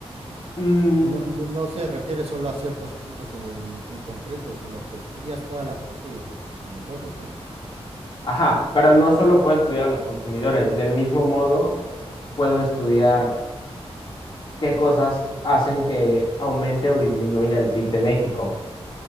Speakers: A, on the left (about 50°); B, on the right (about 70°).
A: Mm,
B: porque no no no se refiere solo a ciertos puntos en en concreto, sino que estudias toda la parte de tus consumidores, ¿no?
A: ajá, pero no solo puedo estudiar a los consumidores, del mismo
B: Ujú.
A: modo puedo estudiar qué cosas hacen que aumente o disminuya el PIB de México.